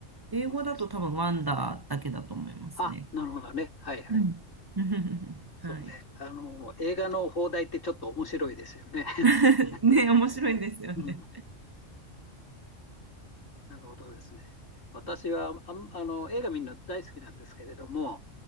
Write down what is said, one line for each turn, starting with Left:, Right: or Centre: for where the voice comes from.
Right: 英語だと多分ワンダーだけだと思いますね。
Left: うなんです。あ、なるほどね。はい、はい。
Right: うん <laughs>
Left: そうね。
Right: はい。
Left: あの、映画の放題ってちょっと面白いですよね。
Right: <laughs>
Left: <laughs>
Right: ね、面白いんですよね。
Left: うん、なるほどですね。私はあん、あの、映画見るの大好きなんですけれども、